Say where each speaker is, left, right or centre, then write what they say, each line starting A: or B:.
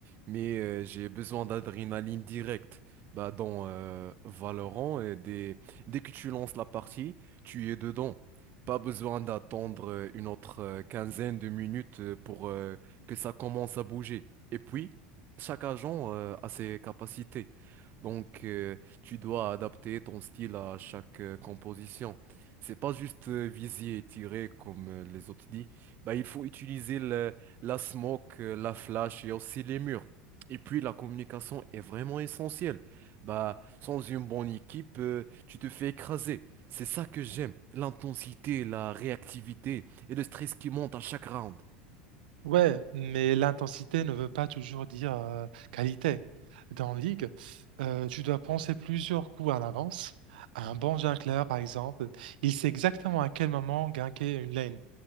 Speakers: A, on the right (about 40°); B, on the right (about 75°).
A: mais euh, j'ai besoin d'adrénaline directe. Bah, dans euh, Valorant, euh, dès, dès que tu lances la partie, tu es dedans. Pas besoin d'attendre euh, une autre euh, quinzaine de minutes euh, pour euh, que ça commence à bouger. Et puis, chaque agent euh, a ses capacités. Donc, euh, tu dois adapter ton style à chaque euh, composition. C'est pas juste euh, viser et tirer comme euh, les autres disent. Bah, il faut utiliser la smoke, euh, la flash, il y a aussi les murs. Et puis la communication est vraiment essentielle. Bah, sans une bonne équipe, euh, tu te fais écraser. C'est ça que j'aime, l'intensité, la réactivité et le stress qui monte à chaque round.
B: Ouais, mais l'intensité ne veut pas toujours dire euh, qualité. Dans League, euh, tu dois penser plusieurs coups à l'avance. Un bon jungler, par exemple, il sait exactement à quel moment ganker une lane.